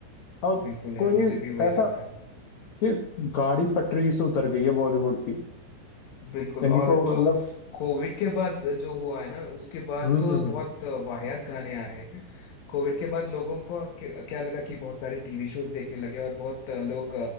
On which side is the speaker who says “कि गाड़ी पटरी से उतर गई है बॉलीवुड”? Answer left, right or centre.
Left